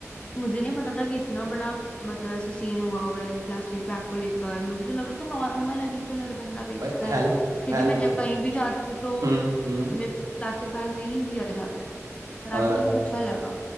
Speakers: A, on the left (about 20°); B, on the right (about 85°).
A: मुझे नहीं पता था कि इतना बड़ा मतलब ऐसा सीन हुआ हुआ है प्लास्टिक बैग को लेकर मुझे तो लग रहा था नॉर्मल है बिल्कुल हर बंदा बेचता
B: भाई हेल्थ
A: है क्योंकि
B: हेल्थ
A: मैं जब
B: के
A: कहीं भी जाती हूँ तो
B: हम्म हम्म
A: मेरे को प्लास्टिक बैग में ही दिया जाता है पर
B: और
A: आज मुझे बहुत अच्छा लगा